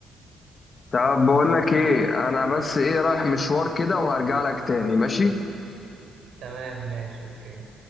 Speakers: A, on the left; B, on the right.
A: طب بقول لك ايه انا بس ايه رايح مشوار كده وهرجع لك تاني ماشي
B: تمام ماشي اوكي